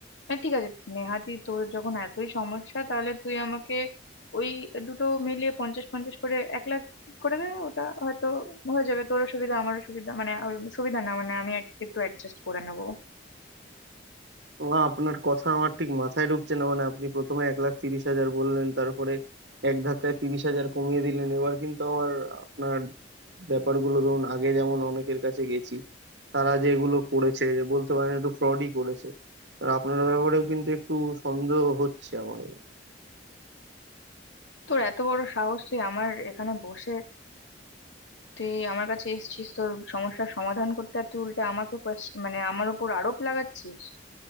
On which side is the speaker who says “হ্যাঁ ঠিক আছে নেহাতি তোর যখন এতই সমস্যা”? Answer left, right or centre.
Left